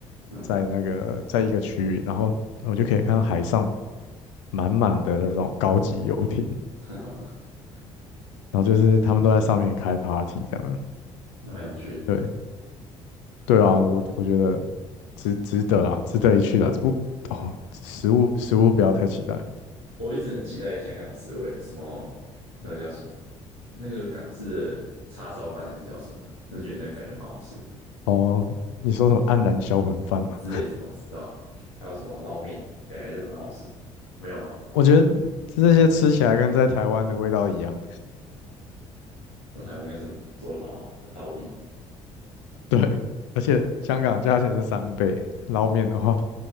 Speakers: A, on the left; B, on the left.
A: 嗯，
B: 在那个在一个区域，然后我就可以看到海上满满的那种高级游艇，
A: <laughs> 还
B: 然后就是他们都在上面开 party 这样。
A: 蛮想去的
B: 对对啊，我我觉得值值得啦，值得一去啦。这不哦，食物食物不要太期待
A: 我一直很期待香港四味，什么那个叫什么，那个港式的叉烧饭还是叫什么的，我就觉得那个感觉蛮好吃，
B: 哦。你说什么黯然销魂饭嘛？
A: 之类什么，对吧？还有什么捞面，感觉就很蛮好吃，没有吗？
B: 我觉得这些吃起来跟在台湾的味道一样。
A: 那台湾应该是做的蛮好，蛮到地，
B: <laughs> 对，而且香港价钱是三倍，捞面的话，